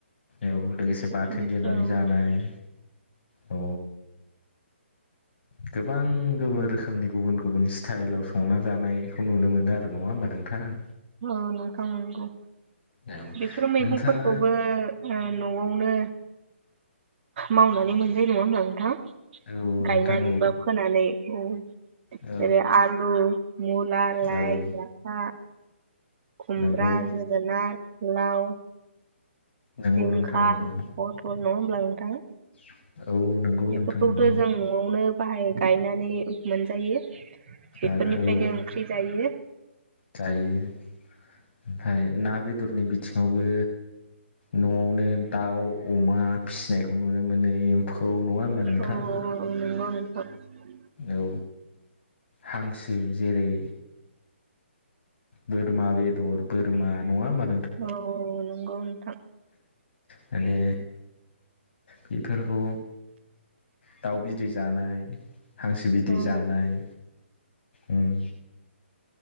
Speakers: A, on the left; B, on the right.
A: औ। लोगोसे बाथोन
B: बेखौ
A: देनानै
B: औ
A: जानाय। औ गोबां <unintelligible> रोखोमनि गुबुन गुबुन स्टाइलाव संना जानाय। खौ नुनो मोनो आरो नङा होमबा नों थां।
B: औ नोंथां नंगौ।
A: औ
B: बेफोर मैगंफोरखौबो
A: नोंथाङा
B: ओ न'आवनो मावनानै मोन जायो नङा होमब्ला नोंथां,
A: औ नोंथां
B: गायनानै बा फोनानै औ।
A: औ
B: जेरै-आलु, मुला, लाय,
A: औ औ
B: लाफा। खुुमब्रा,
A: नंगौ
B: जोगोनार। लाउ,
A: नंगौ
B: जिंखा
A: नोंथां नंगौ
B: पथल होनब्ला नोंथां।
A: <inaudible> औ नंगौ
B: बेफोरखौथ'
A: नोंथां नंगौ।
B: जों न'आवनो बाहाय गायनानै मोनजायो। बेफोरनिफ्रायनो
A: आरो औ
B: ओंख्रि जायो
A: जायो ओमफ्राय ना बेदरनि बिथिङावबो न'आवनो दाउ, अमा फिसिनायखौ नुनो मोनो। एमफौ नङा होनोमबा नोंथां?
B: औ औ औ <inaudible>
A: औ हांसो जेरै बोरमा बेदर बोरमा नङा होनबा।
B: औ औ औ नंगौ नोंथां।
A: माने बेफोरखौ दाउ बिदै जानाय हांसो बिदै
B: औ
A: जानाय। उम